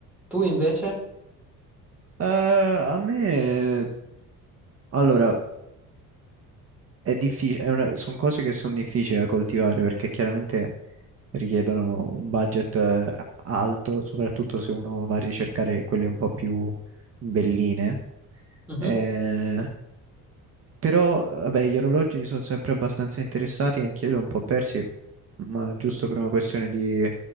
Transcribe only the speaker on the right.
Eh, a me, allora, è difficile, sono cose che sono difficili da coltivare perché chiaramente richiedono un budget eh, alto, soprattutto se uno va a ricercare quelle un po' più belline.
Eh, però, vabbè, gli orologi mi sono sempre abbastanza interessati, anch'io li ho un po' persi, ma giusto per una questione di,